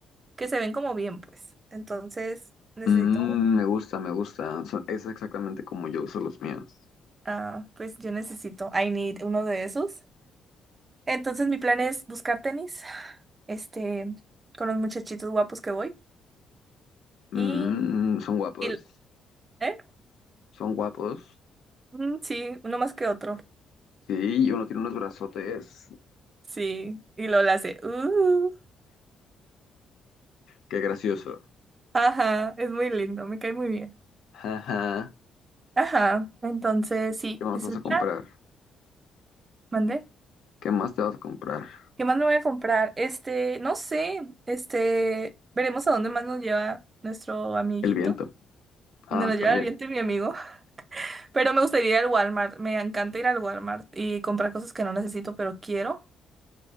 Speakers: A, on the right; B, on the left.
A: que se ven como bien, pues. Entonces, necesito,
B: Mm, me gusta, me gusta. Son- es exactamente como yo uso los míos.
A: ah, pues yo necesito, I need uno de esos. Entonces, mi plan es buscar tenis, este, con los muchachitos guapos que voy.
B: Mm,
A: Y,
B: son guapos,
A: y- ¿eh?
B: son guapos.
A: Mm, sí, uno más que otro.
B: Sí, y uno tiene unos brazotes.
A: Sí, y lo hace, uh.
B: Qué gracioso.
A: Ajá, es muy lindo, me cae muy bien.
B: Jaja.
A: Ajá, entonces sí,
B: ¿Qué más
A: es
B: vas
A: el
B: a comprar?
A: plan, mandé.
B: ¿Qué más te vas a comprar?
A: ¿Qué más me voy a comprar? Este, no sé, este, veremos a dónde más nos lleva nuestro amiguito.
B: El viento. Ah,
A: Donde nos lleva
B: también.
A: el viento y mi amigo. <laughs> Pero me gustaría ir al Walmart, me encanta ir al Walmart y comprar cosas que no necesito, pero quiero.